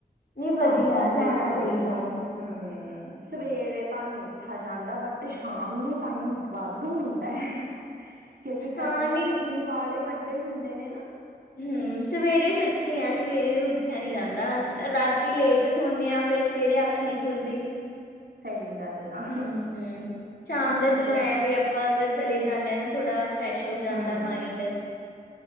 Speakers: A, on the left; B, on the right.
A: ਨਹੀਂ ਵਧੀਆ
B: ਪਾਰਕ
A: ਜਾਣਾ
B: 'ਚ' ਚੱਲ
A: ਚਾਹੀਦਾ
B: ਜਾਓ ਹਮ ਸਵੇਰੇ ਤਾਂ ਨੀ ਉੱਠਾ ਜਾਂਦਾ ਬਟ ਸ਼ਾਮ ਨੂੰ ਟਾਈਮ ਵਾਧੂ ਹੁੰ ਤੈ ਕਿਉਂਕਿ
A: ਹਾਂ
B: ਗਰਮੀਆਂ
A: ਨਹੀਂ
B: 'ਚ' ਦਿਨ ਵਾਲੇ ਵੱਡੇ ਹੁੰਦੇ ਨੇ ਨਾ
A: ਹਮ ਸਵੇਰੇ ਸੱਚੀ ਆ ਸਵੇਰੇ ਉੱਠਿਆ ਨੀ ਜਾਂਦਾ ਰਾਤੀ ਲੇਟ ਤੇ' ਸੋਨੇ ਆ ਫੇਰ ਸਵੇਰੇ ਅੱਖ ਨੀ ਖੁੱਲਦੀ
B: ਸਹੀ ਗੱਲ ਆ
A: ਹਮ-ਹਮ ਸ਼ਾਮ ਦਾ ਚਲੋ
B: ਬਸ
A: ਐਂ ਵੀ ਅਪ ਆਪਾਂ ਅਗਰ ਚਲੇ ਜਾਂਦੇ ਹਾਂ ਨਾ ਥੋੜਾ ਫਰੈਸ਼ ਹੋ ਜਾਂਦਾ
B: ਹਮ
A: ਮਾਇੰਡ